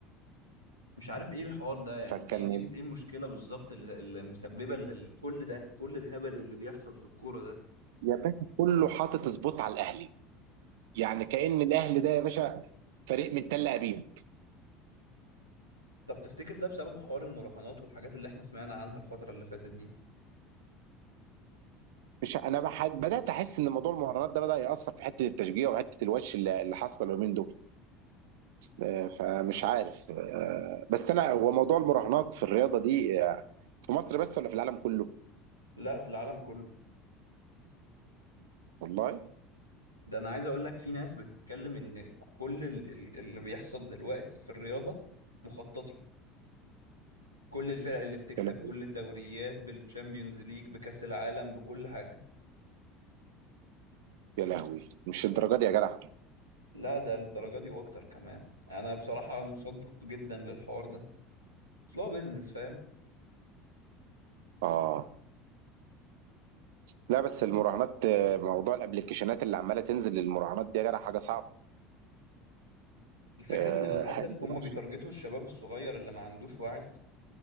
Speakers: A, on the right (about 85°); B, on the right (about 60°).
A: مش عارف ايه الحوار ده يعني
B: فكان
A: ايه ايه إيه المشكلة بالظبط اللي, اللي مسببة ال- ال- كل ده كل الهبل اللي بيحصل في الكورة ده
B: يا باشا كله حاطط سبوت على الاهلي يعني كأن الاهلي ده يا باشا فريق من تل ابيب
A: طب تفتكر ده بسبب حوار المراهنات والحاجات اللي احنا سمعنا عنها الفترة اللي فاتت دي
B: مش انا بحد بدات احس ان موضوع المهارات ده بدا ياثر في حته التشجيع وحته الوش اللي اللي حاصله اليومين دول آه، فمش عارف آه، بس انا هو موضوع المراهنات في الرياضه دي آه، في مصر بس ولا في العالم كله
A: لا في العالم كله
B: والله
A: ده انا عايز اقول لك في ناس بتتكلم ان كل ال- ال- اللي بيحصل دلوقتي في الرياضة مخطط له كل الفرق اللي بتكسب
B: يا لهوي
A: كل الدوريات بالتشامبيونز ليج بكأس العالم بكل حاجة
B: يا لهوي مش الدرجه دي يا جدع
A: لا ده للدرجة دي واكتر كمان انا بصراحة مصدق جدا للحوار ده اصل هو بيزنس فاهم
B: اه لا بس المراهنات آه، موضوع الابلكيشنات اللي عماله تنزل للمراهنات دي يا جدع حاجه صعبه
A: الفكرة
B: آه،
A: ان للأسف
B: حاجه
A: هم
B: وحشه
A: بيتارجتوا الشباب الصغير اللي ما عندوش وعي